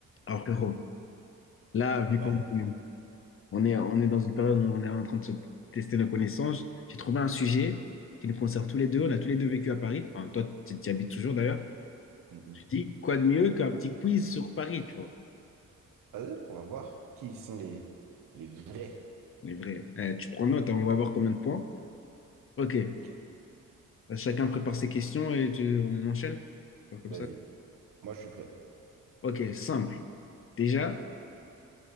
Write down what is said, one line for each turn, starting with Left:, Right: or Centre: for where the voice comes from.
Left: Alors, frérot, là, vu
Right: Ouais.
Left: qu'on on est, on est dans une période où on est en train de se tester nos connaissances, j'ai trouvé un sujet qui nous concerne tous les deux. On a tous les deux vécu à Paris. Enfin, toi, tu y habites toujours d'ailleurs.
Right: Mm, mm.
Left: Je dis, quoi de mieux qu'un petit quiz sur Paris, tu vois?
Right: Vas-y, on va voir qui sont les, les vrais.
Left: Mais vrai. Eh, tu prends note, hein, on va voir combien de points. Ok.
Right: Ok,
Left: Chacun prépare ses questions et tu- on enchaîne. Donc, Comme
Right: vas-y.
Left: ça.
Right: Moi, je suis prêt.
Left: Ok, simple. Déjà,